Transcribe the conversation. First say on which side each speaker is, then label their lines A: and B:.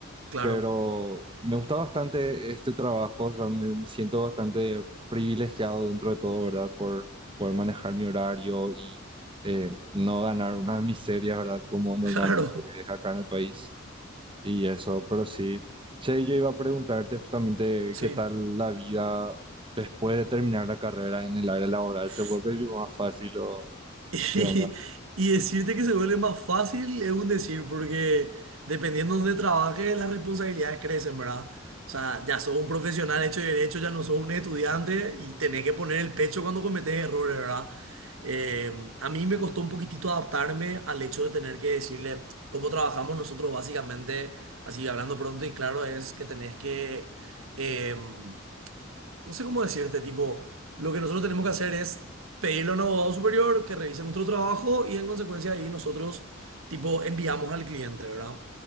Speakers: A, on the right; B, on the right.
A: Claro,
B: pero me gusta bastante este trabajo, o sea, me, me siento bastante privilegiado dentro de todo, ¿verdad? Por poder manejar mi horario y eh, no ganar una <laughs> miseria, ¿verdad? Como normalmente
A: <laughs> claro.
B: es acá en el país y eso, pero sí. Che, yo iba a preguntarte justamente
A: Sí.
B: qué tal la vida después de terminar la carrera en el área laboral,
A: Uf.
B: ¿se vuelve más fácil o
A: Y,
B: qué onda?
A: y decirte que se vuelve más fácil es un decir, porque dependiendo de donde trabajes, las responsabilidades crecen, ¿verdad? O sea, ya sos un profesional hecho y derecho, ya no sos un estudiante y tenés que poner el pecho cuando cometes errores, ¿verdad? Eh, a mí me costó un poquitito adaptarme al hecho de tener que decirle cómo trabajamos nosotros básicamente, así hablando pronto y claro, es que tenés que... em, no sé cómo decirte, tipo, lo que nosotros tenemos que hacer es pedirle a un abogado superior que revise nuestro trabajo y en consecuencia ahí nosotros, tipo, enviamos al cliente, ¿verdad?